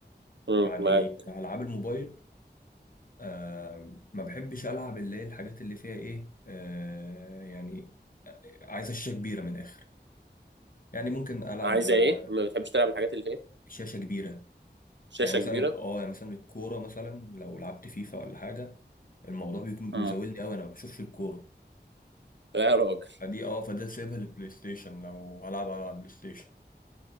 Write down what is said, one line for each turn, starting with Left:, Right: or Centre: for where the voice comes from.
Right: امم
Left: يعني
Right: معاك
Left: العاب الموبايل آه ما بحبش العب اللي هي الحاجات اللي فيها ايه آه يعني عايزه شاشه كبيره من الاخر يعني ممكن العب
Right: عايزه
Left: آه،
Right: ايه ما بتحبش تلعب الحاجات اللي فيها
Left: شاشه كبيره
Right: شاشه
Left: يعني مثلا
Right: كبيره
Left: اه يعني مثلا الكورة مثلا لو لعبت فيفا ولا حاجة الموضوع بيكون
Right: اه
Left: مزاولني قوي انا ما بشوفش الكورة
Right: لا يا راجل
Left: فدي اه فده سيبها للبلاي ستيشن لو هلعب على البلاي ستيشن